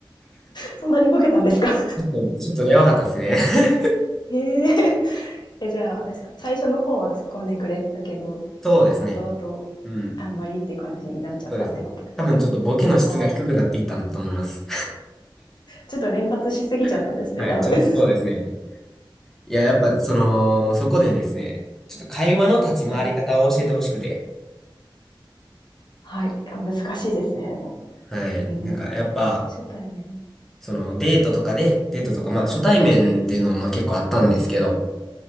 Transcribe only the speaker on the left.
そんなにボケたんですか
<laughs> へえ。え、じゃあ、あれですか、最初の方は突っ込んでくれてたけど、
後々、
あんまりっていう感じになっちゃったってことですか
ああ。ちょっと連発しすぎちゃったんですね、
多分。
<laughs>
はい。はい。あ難しいですね。
うん。
初対面。